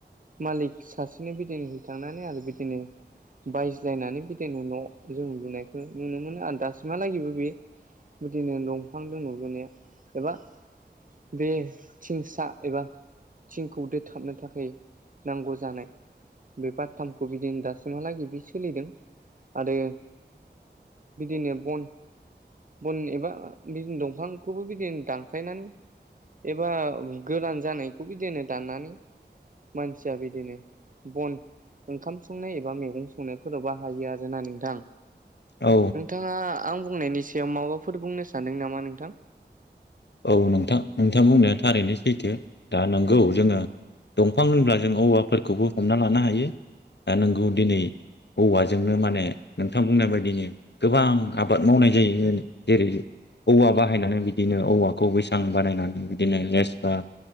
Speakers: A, on the right; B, on the left.
A: मालिक सासेनो बिदिनो है थांनानै आरो बिदिनो। बायज्लायनानै बिदिनो न' जों लुनायखौ नुनो मोनो आरो दासिम मालायनिबो बे बिदिनो दंफां दङ एबा बे थिंसा एबा। थिंखौ दोथाबनो थाखाय नांगौ जानाय। बे बाथथामखौ बिदिनो दासिमहालागै बे सोलिदों। आरो बिदिनो। बन, बन एबा बिदिनो दंफांखौबो बिदिनो दानख्लायनानै। एबा गोरान जानायखौबो बिदिनो दाननानै। मानसिया बिदिनो बन। ओंखाम संनाय एबा मैगं संनायफोरावबाहायो आरो ना नोंथां।
B: औ।
A: नोंथाङा आं बुंनायनि सायाव माबाफोर बुंनो सानदों नामा नोंथां?
B: औ नोंथां, नोंथां बुंनाया थारैनो सैथो दा नोंगौ जोंङो। दंफां होनब्ला जों औवाफोरखौबो हमना लानो हायो दा नोंगौ दिनै। औवाजोंनो माने नोंथां बुंनाय बायदिनो। गोबां आबाद मावनाय जायो जेरै औवा बाहायनानै बिदिनो औवाखौ खौ बैसां बानायनानै बिदिनो लेस्रा।